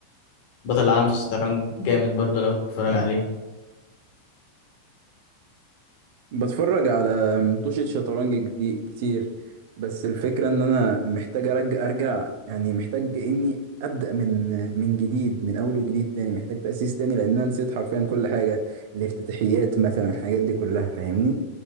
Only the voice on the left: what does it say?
بطل العالم في الشطرنج جامد برضو لو تتفرج عليه